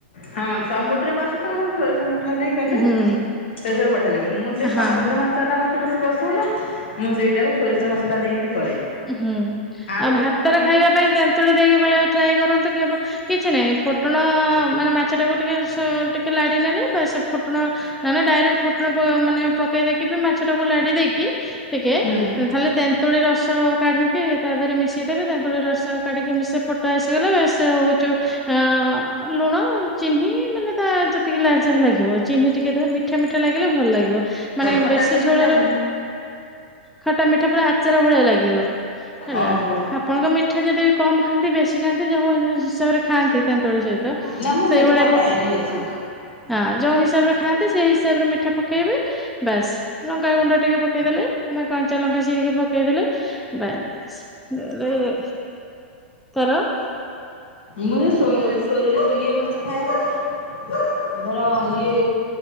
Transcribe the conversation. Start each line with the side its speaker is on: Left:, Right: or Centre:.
Left: ହଁ ସମୁଦ୍ର ମାଛ ତ ସବ ସୋରିଷ ମସଲା ନେଇ ଗଲେ
Centre: ହୁଁ
Left: ସେସବୁ ବଢ଼ିଆ ଲାଗିବ। ସେ
Centre: ହଁ
Left: ସମୁଦ୍ର ମସଲା ଟା ମତେ ବେଶି ବସଉନ ମୁଁ ସେଇଟାକୁ ସୋରିଷ ମସଲା ଦେଇକିରି କରେ।
Centre: ହୁଁ ଆଉ
Left: ଗୋଟେ
Centre: ଭାତରେ
Left: ଯୋଉ ଇଏ
Centre: ଖାଇବା ପାଇଁ ତେନ୍ତୁଳି ଦେଇକି ସବୁବେଳେ ଟ୍ରାଏ କରନ୍ତୁ କିଛି ନାହିଁ ଫୋଟଣ ମାନେ ମାଛ ଟାକୁ ଟିକେ ଟିକେ ଲାଡ଼ି ନେଲେ ବା ସେ ଫୁଟଣ ନା ଡାଇରେକ୍ଟ ଫୁଟଣ ମାନେ ପକେଇ ଦେଇକି ମାଛଟାକୁ ଲାଢି ଦେଇକି ଟିକେ
Left: ହୁଁ ଆଉ
Centre: ଖାଲି ତେନ୍ତୁଳି ରସ ରସ କାଢିକି ତା ଦେହରେ ମିଶେଇଦେବେ ତେତୁଳି ରସ କାଢିକି ମିଶି ଫୋଟା ଆସିଗଲା ବସ ହଉଚୁ ଆ ଲୁଣ ଚିନି ମାନେ ତା ଯେତିକି ଲାଜା ଲାଗିବ ଚିନି ଟିକେ ମିଠା ମିଠା ଲା ଲାଗିଲେ ଭଲ ଲାଗିବ ମାନେ
Left: ଖଟା
Centre: ବେଶୀ
Left: ଟିକେ ମିଠା
Centre: ଝୋଳର ଖଟା ମିଠା ପୁରା ଆଚାର ଭଳିଆ ଲାଗିବ ହେଲା
Left: ଓହୋ
Centre: ଆପଣଙ୍କ ମିଠା ଯଦି କମ ଖାଆନ୍ତି ବେଶୀ ଖାଆନ୍ତି ଯଉ ହିସାବରେ ଖାଆନ୍ତି ତେତୁଳି ସହି ତ
Left: ନା ମୁଁ
Centre: ସେଇଭଳିଆ
Left: ମିଠା
Centre: ପ
Left: ଖାଏନି
Centre: ହଁ
Left: ବେଶୀ
Centre: ଯୋଉ ହିସାବରେ ଖାଆନ୍ତି ସେଇ ହିସାବରେ ମିଠା ପକେଇବେ ବାସ୍ ଲଙ୍କା ଗୁଣ୍ଡ ଟିକେ ପକେଇଦେଲେ। ବା କଞ୍ଚା ଲଙ୍କା ଚିରିକି ପକେଇଦେଲେ। ବାସ ତର।
Left: ମୁଁ ଏ ସୋ ସୋରିଷ ଇଏ ମାଛ ଖାଏ। ଧର ଇଏ